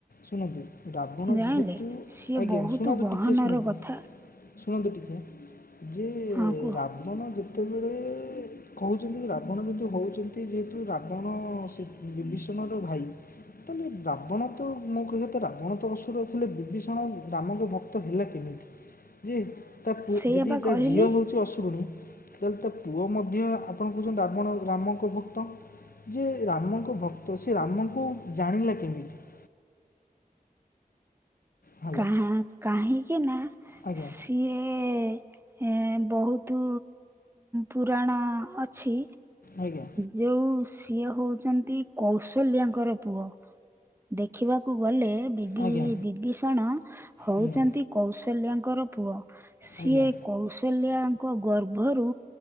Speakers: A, on the left; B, on the right.
A: ଶୁଣନ୍ତୁ ରାବଣ
B: ଜାଣିଲେ
A: ଯେହେତୁ
B: ସିଏ
A: ଆଜ୍ଞା
B: ବହୁତ
A: ଶୁଣନ୍ତୁ
B: ଗହନର
A: ଟିକିଏ ଶୁଣନ୍ତୁ।
B: କଥା
A: ଶୁଣନ୍ତୁ ଟିକେ ଯେ
B: ହଁ କୁହ
A: ରାବଣ ଯେତେବେଳେ କହୁଛନ୍ତି ରାବଣ ଯେହେତୁ ହଉଛନ୍ତି ଯେହେତୁ ରାବଣ ସେ ବିଶ୍ୱନାଥ ଭାଇ। ତାହେଲେ ରାବଣ ତ ମୁଁ କହିବା ତ ରାବଣ ତ ଅସୁର ଥିଲେ ବିଭୀଷଣ ରାମଙ୍କ ଭକ୍ତ ହେଲା କେମିତି? ଯେ ତା ପୁଅ
B: ସେଇଆ
A: ଯଦି
B: ବା
A: ତା
B: କହିଲି
A: ଝିଅ ହଉଛି ଅଶୁରୁଣୀ। ଯଦି ତା ପୁଅ ମଧ୍ୟ ଆପଣ କହୁଛନ୍ତି ରାବଣ ରାମଙ୍କ ଭକ୍ତ। ଯେ ରାମଙ୍କ ଭକ୍ତ ସେ ରାମକୁ ଜାଣିଲା କେମିତି? <inaudible> ହ୍ୟାଲୋ
B: କା କାହିଁକି ନା
A: ଆଜ୍ଞା
B: ସିଏ ଏ ବହୁତ ପୁରାଣ ଅଛି।
A: ଆଜ୍ଞା
B: ଯେଉଁ ସିଏ ସିଏ ହଉଛନ୍ତି କୌଶଲ୍ୟାଙ୍କର ପୁଅ ଦେଖିବାକୁ ଗଲେ ବିଭି
A: ଆଜ୍ଞା
B: ବିଭୀଷଣ ହଉଛନ୍ତି
A: ଆଜ୍ଞା
B: କୌଶଲ୍ୟାଙ୍କର ପୁଅ। ସିଏ
A: ଆଜ୍ଞା
B: କୌଶଲ୍ୟାଙ୍କ ଗର୍ଭରୁ